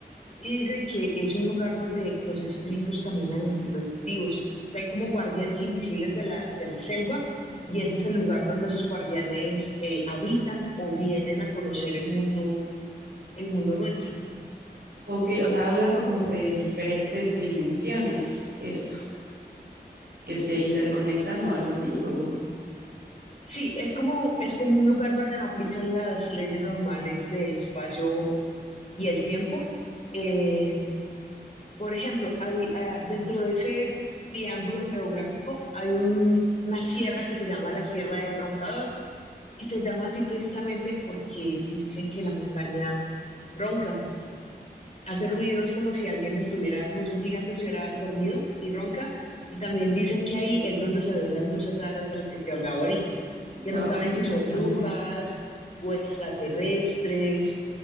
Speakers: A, on the left; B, on the right.
A: y dicen que es un lugar donde los espíritus caminan entre los vivos. O sea, hay como guardianes invisibles de la, de la selva y ese es el lugar donde esos guardianes eh, habitan o vienen a conocer el mundo, el mundo nuestro.
B: ok, o sea, habla como
A: Mm,
B: de diferentes dimensiones, esto, que se interconectan o algo así. O,
A: Sí, es como, es como un lugar donde no aplican las leyes normales del espacio y el tiempo. Eh, por ejemplo, hay, ah, dentro de ese triángulo geográfico hay un- una sierra que se llama la Sierra del Roncador Y se llama así precisamente porque dicen que la montaña ronca, hace ruidos como si alguien estuviera, como si un gigante estuviera dormido y ronca. Y también dicen que ahí es donde se ven las luces raras de las que te hablaba ahorita,
B: wow,
A: que no saben
B: qué interesante.
A: si son brujas o extraterrestres,